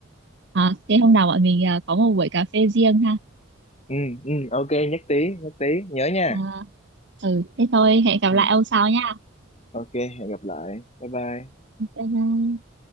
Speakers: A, on the right; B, on the left.
A: à, thế hôm nào bọn mình à, có một buổi cà phê riêng ha.
B: Ừ, ừ, ok, nhất trí, nhất trí, nhớ nha.
A: À, ừ, thế thôi hẹn gặp
B: Ừ,
A: lại ông sau nha.
B: ok, hẹn gặp lại. Bye bye.
A: Bye bye.